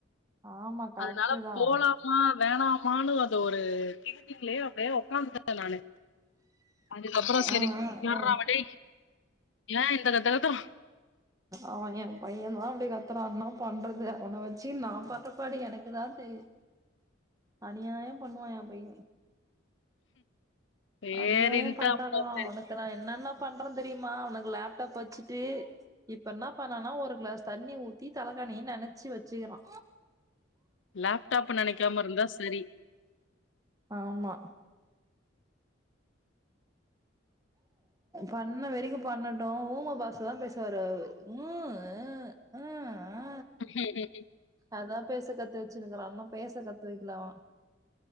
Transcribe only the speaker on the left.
அதுனால
போலா ஆ வேணாமானு அது ஒரு திங்கிங்லயே அப்டியே உக்காந்த நானு அதுக்கப்பறோ சரி
யார்ரா
அவ டேய் ஏ இந்த கத்து கத்துறா
சேரின்ட்டு
அப்புறோ சரி
லாப்டாப் நனக்காம இருந்தா சரி
ம் ம் ம்!